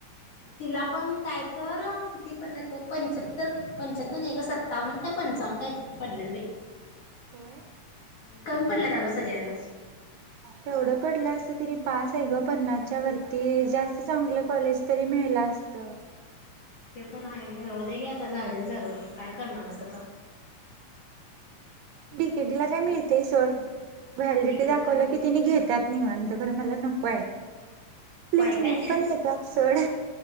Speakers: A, on the left; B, on the right.
A: मग तिला पण काय तर किती पडल्यात बघ पंच्याहत्तर, पंच्याहत्तर नाही ग सत्तावन काय पंचावन्न कायतर पडल्यात बाई.
B: होय
A: हम्म कमी पडल्यात अगं सगळ्यांनाच.
B: तेवढं पडलं असत तरी पास आहे ग पन्नासच्या वरती जास्त चांगलं कॉलेज तरी मिळलं असत.
A: ते पण आहे राहु दे घे आता गाळलेल्या जागा काय करणार आहेस आता
B: बीकेट ला काय मिळतय सोड.
A: हम्म
B: व्हॅलिडिटी
A: डिकेटीला
B: दाखवलं
A: मिळते
B: की तेनी घेत्यात निवांत खरं मला नको आहे. प्लेसमेंट
A: काय काय?
B: पण येत्यात सोड.